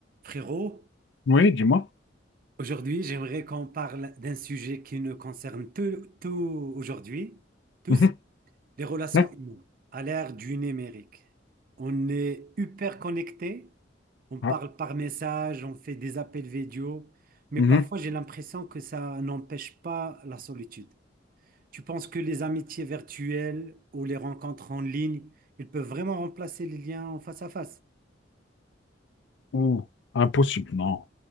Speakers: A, on the right; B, on the left.
A: Frérot,
B: Oui, dis-moi.
A: aujourd'hui, j'aimerais qu'on parle d'un sujet qui nous concerne tout, tout aujourd'hui, tous,
B: Mhm.
A: les relations
B: Ouais.
A: humaines à l'ère du numérique. On est hyper connectés, on parle
B: Ah,
A: par message, on fait des appels vidéo, mais
B: mhm.
A: parfois j'ai l'impression que ça n'empêche pas la solitude. Tu penses que les amitiés virtuelles ou les rencontres en ligne, ils peuvent vraiment remplacer les liens en face à face?
B: Ouh, impossible, non.